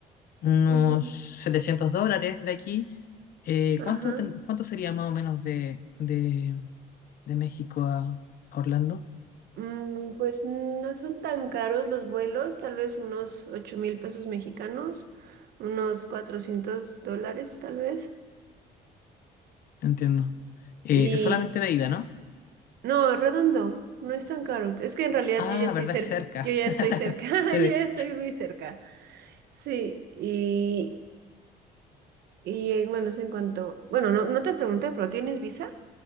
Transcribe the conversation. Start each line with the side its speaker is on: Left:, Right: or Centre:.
Left: unos
Right: Ujú,
Left: 700 dólares de aquí Eh,
Right: Ajá.
Left: ¿cuánto, ten- cuánto sería más o menos de, de, de México a, a Orlando?
Right: Mm, pues no son tan caros los vuelos, tal vez unos ocho mil pesos mexicanos, unos 400 dólares tal vez.
Left: Entiendo. Eh,
Right: Y
Left: es solamente de ida, ¿no?
Right: no, redondo, no es tan caro. Es que en realidad
Left: Ah,
Right: yo ya estoy
Left: verdad,
Right: cerca,
Left: es cerca.
Right: yo ya
Left: <laughs>
Right: estoy cerca,
Left: Se-
Right: <laughs> yo ya estoy muy cerca. Sí, y, y eh, bueno, es en cuanto, bueno, no, no te pregunté, pero ¿tienes visa?